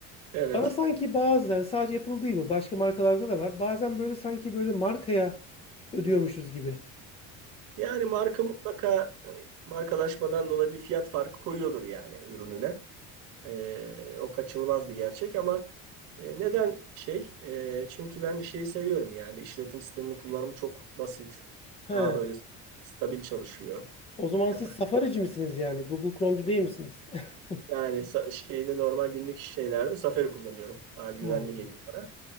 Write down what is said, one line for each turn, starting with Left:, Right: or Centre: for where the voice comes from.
Right: Evet.
Left: bana sanki bazen sadece Apple değil bu başka markalarda da var. Bazen böyle sanki böyle markaya ödüyormuşuz gibi.
Right: Yani marka mutlaka e, markalaşmadan dolayı bir fiyat farkı koyuyordur yani ürününe. E, o kaçınılmaz bir gerçek ama e, neden şey? E, çünkü ben şeyi seviyorum yani işletim sisteminin kullanımı çok basit.
Left: He.
Right: Daha böyle stabil çalışıyor.
Left: O zaman
Right: Efendim,
Left: siz Safari'ci misiniz yani? Google Chrome'cu değil misiniz? <laughs>
Right: yani sa- şeyde normal günlük şeylerde Safari kullanıyorum. Daha güvenli
Left: Hmm.
Right: geliyor. bana.